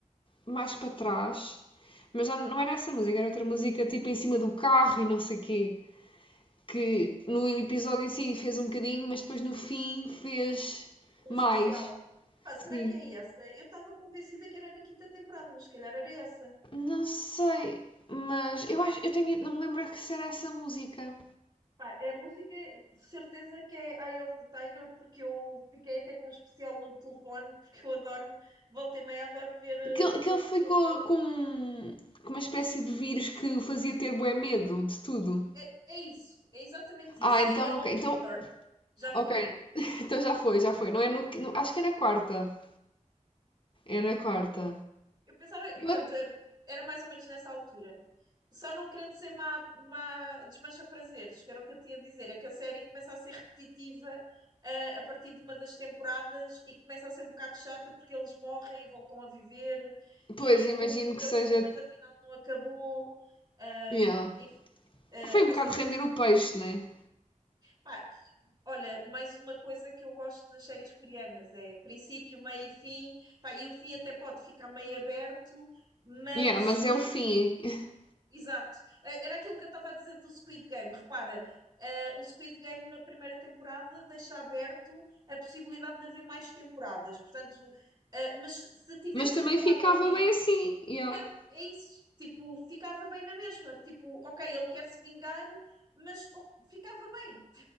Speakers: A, on the left; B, on the right.
A: mais para trás, mas já não era essa música, era outra música tipo em cima do carro e não sei o quê, que no episódio em si fez um bocadinho, mas depois no fim fez
B: de
A: mais.
B: um especial, pá, será
A: Sim.
B: que é essa? Eu estava convencida que era na quinta temporada, mas se calhar era essa.
A: Não sei, mas eu acho, eu tenho, não me lembro que se era essa música.
B: Pá, é a música, de certeza que é Eye of the Tiger, porque eu fiquei até com um especial no telefone, porque eu adoro, volta e meia, adoro ver, eh,
A: Que, ele- que ele ficou
B: vê-lo
A: com,
B: a cantar isso.
A: com uma espécie de vírus que o fazia ter bué medo de tudo.
B: É, é isso, é exatamente
A: Ah,
B: isso,
A: então,
B: é Yellow
A: ok,
B: Fever,
A: então,
B: já foi.
A: ok, <laughs> então já foi, já foi. Não é no, no-
B: Pronto.
A: acho que é na quarta. É na quarta.
B: Eu, eu pensava,
A: Eu,
B: pronto,
A: a-
B: eh, era mais ou menos nessa altura. Só não querendo ser má, má desmancha prazeres, que era o que eu tinha a dizer, é que a série começa a ser repetitiva, eh, a partir de uma das temporadas e começa a ser um bocado chata porque eles morrem e voltam a viver e
A: Pois,
B: o
A: imagino
B: mundo acabou,
A: que seja.
B: mas afinal não acabou. Ahm,
A: Yeah.
B: enfim, eh,
A: Foi um
B: ou
A: bocado
B: seja,
A: render
B: começa
A: o
B: a
A: peixe,
B: ser.
A: né?
B: Pá, Olha, mais uma coisa que eu gosto nas séries coreanas é princípio, meio e fim. Pá, e o fim até pode ficar meio aberto, mas
A: Yeah, mas
B: eh,
A: é o fim. <laughs>
B: exato. Eh, Era aquilo que eu estava a dizer do Squid Game. Repara, eh, o Squid Game na primeira temporada deixa aberto a possibilidade de haver mais temporadas. Portanto, eh, mas se tivesse
A: Mas também
B: acabado
A: ficava
B: ali,
A: bem assim. Yeah.
B: yeah, é isso. Tipo, ficava bem na mesma. Tipo, ok, ele quer se vingar, mas oh, ficava bem